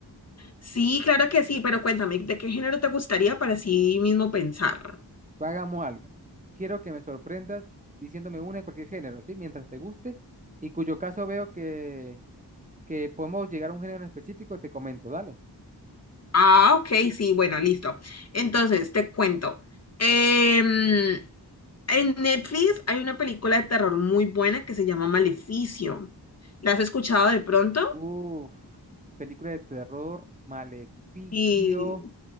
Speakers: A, on the left; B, on the right.
A: Sí, claro que sí, pero cuéntame, ¿de qué género te gustaría para sí mismo pensar?
B: Hagamos algo. Quiero que me sorprendas diciéndome una de cualquier género, ¿sí? Mientras te guste y cuyo caso veo que, que podemos llegar a un género en específico, te comento, dale.
A: Ah, ok, sí, bueno, listo. Entonces, te cuento. Em, en Netflix hay una película de terror muy buena que se llama Maleficio. ¿La has escuchado de pronto?
B: Uf, película de terror, Maleficio.
A: Y,